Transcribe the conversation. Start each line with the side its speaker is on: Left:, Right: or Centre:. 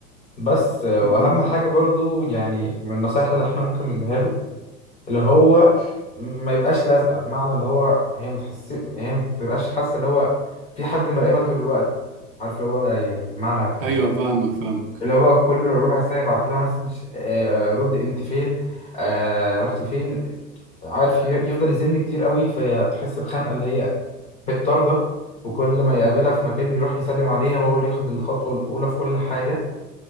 Left: بس واهم
Right: مم.
Left: حاجه برضو يعني من النصائح اللي احنا ممكن نديها له اللي هو ما يبقاش لازقه بمعنى اللي هو هي ما تحس هي ما بتبقاش حاسه اللي هو في حد مراقبها طول الوقت عارف اللي هو يعني بمعنى فاهمها
Right: أيوه فاهمك فاهمك
Left: اللي هو كل ربع ساعه يبعت لها مسج آه رد انت فين آه رحت فين عارف ي- يفضل يزن كتير قوي فتحس بخنقه اللي هي بتطارده وكل ما يقابلها في مكان يروح يسلم عليها وهو اللي ياخد الخطوه الاولى في كل حاجه